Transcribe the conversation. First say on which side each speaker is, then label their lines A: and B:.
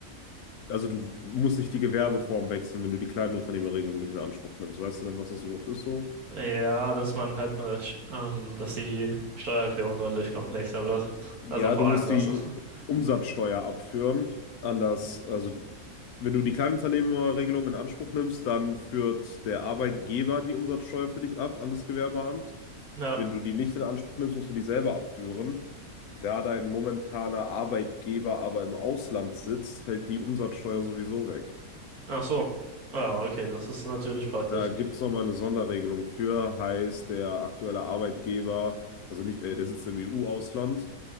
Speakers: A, on the left; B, on the right.
A: also du musst nicht die Gewerbeform wechseln, wenn du die Kleinunternehmerregelung nicht in Anspruch nimmst. Weißt du denn, was das überhaupt ist so?
B: Ja, dass man halt eine, Sch- ähm, dass die Steuererklärung deutlich komplexer wird.
A: Ja,
B: Also vor
A: du musst
B: allem das.
A: die
B: <laughs>
A: Umsatzsteuer abführen. Anders, also wenn du die Kleinunternehmerregelung in Anspruch nimmst, dann führt der Arbeitgeber die Umsatzsteuer für dich ab an das Gewerbeamt.
B: Ja,
A: Wenn du die nicht in Anspruch nimmst, musst du die selber abführen. Da dein momentaner Arbeitgeber aber im Ausland sitzt, fällt die Umsatzsteuer sowieso weg.
B: ach so. Ja, okay, das ist natürlich praktisch.
A: Da gibt es nochmal eine Sonderregelung für, heißt der aktuelle Arbeitgeber, also nicht, äh, der sitzt im EU-Ausland,